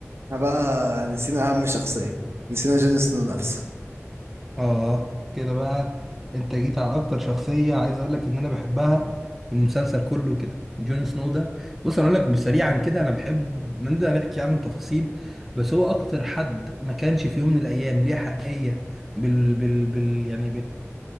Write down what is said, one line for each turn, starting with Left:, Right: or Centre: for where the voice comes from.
Right: احنا بقى نسينا اهم شخصية نسينا جون سنو نفسه
Centre: اه كده بقى انت جيت على اكتر شخصية عايز اقول لك ان انا بحبها في المسلسل كله كده جون سنو ده بص انا اقول لك بسريعا كده انا بحب من ده نحكي عنه التفاصيل بس هو اكتر حد ما كانش في يوم من الايام ليه حقية بال بال بال يعني